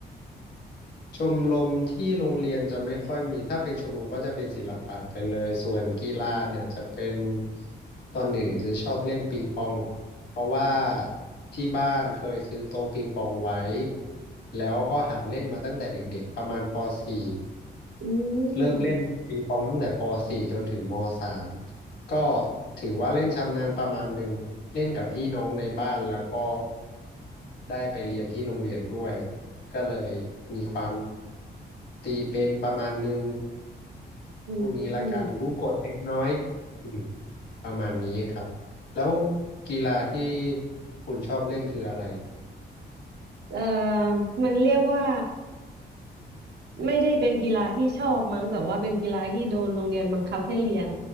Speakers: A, on the left; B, on the right.
A: ชมรมที่โรงเรียนจะไม่ค่อยมี ถ้าเป็นชมรมก็จะเป็นศิลปะไปเลย ส่วนกีฬาเนี่ยจะเป็นตอนหนึ่งจะชอบเล่นปิงปองเพราะว่าที่บ้านเคยซื้อโต๊ะปิงปองไว้ แล้วก็หัดเล่นมาตั้งแต่เด็กๆประมาณปสี่
B: อื
A: เริ่มเล่นปิงปองตั้งแต่ปสี่จนถึงมสาม
B: ม
A: ก็ถือว่าเล่นชำนาญประมาณหนึ่งเล่นกับพี่น้องในบ้านแล้วก็ได้ไปเรียนที่โรงเรียนด้วยก็เลยมีความตีเป็นประมาณหนึ่ง
B: อืม
A: พวกนี้ละกันรู้กฎเล็กน้อยอืมประมาณนี้ครับแล้วกีฬาที่คุณชอบเล่นคืออะไร
B: เอ่อมันเรียกว่า ไม่ได้เป็นกีฬาที่ชอบมั้งแต่ว่าเป็นกีฬาที่โดนโรงเรียนบังคับให้เรียน